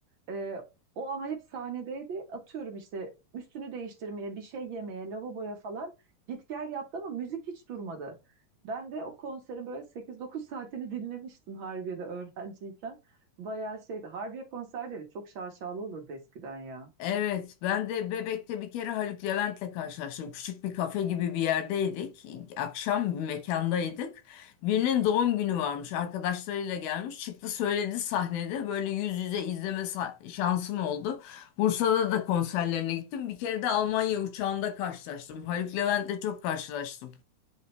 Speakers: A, on the right; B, on the left.
A: Ee, o ama hep sahnedeydi. Atıyorum işte üstünü değiştirmeye, bir şey yemeye, lavaboya falan git gel yaptı ama müzik hiç durmadı. Ben de o konserin böyle sekiz dokuz saatini dinlemiştim Harbiye'de öğrenciyken. Bayağı şeydi. Harbiye konserleri çok şaşalı olurdu eskiden ya.
B: Evet, ben de Bebek'te bir kere Haluk Levent'le karşılaştım. Küçük bir kafe gibi bir yerdeydik. Akşam bir mekandaydık. Birinin doğum günü varmış. Arkadaşlarıyla gelmiş. Çıktı söyledi sahnede. Böyle yüz yüze izleme sa- şansım oldu. Bursa'da da konserlerine gittim. Bir kere de Almanya uçağında karşılaştım. Haluk Levent'le çok karşılaştım.